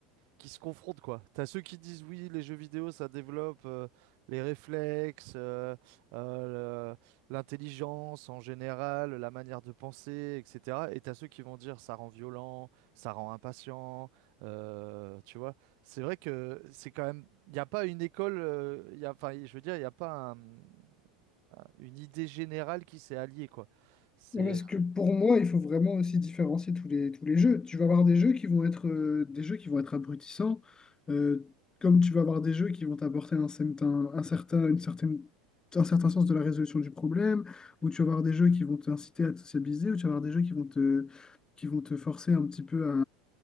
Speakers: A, on the right; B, on the left.
A: qui se confrontent, quoi. T'as ceux qui disent oui, les jeux vidéo, ça développe euh, les réflexes, euh, euh, le- l'intelligence en général, la manière de penser, etc. Et t'as ceux qui vont dire ça rend violent, ça rend impatient, euh, tu vois. C'est vrai que c'est quand même, il n'y a pas une école, euh, il y a, enfin, je veux dire, il n'y a pas un- un- une idée générale qui s'est alliée, quoi. C'est,
B: Ouais, Parce que pour moi, il faut vraiment aussi différencier tous les, tous les jeux. Tu vas avoir des jeux qui vont être, euh, des jeux qui vont être abrutissants, euh, comme tu vas avoir des jeux qui vont t'apporter un certain, un certain, une certaine, un certain sens de la résolution du problème, ou tu vas avoir des jeux qui vont t'inciter à te sociabiliser, ou tu vas avoir des jeux qui vont te, qui vont te forcer un petit peu à,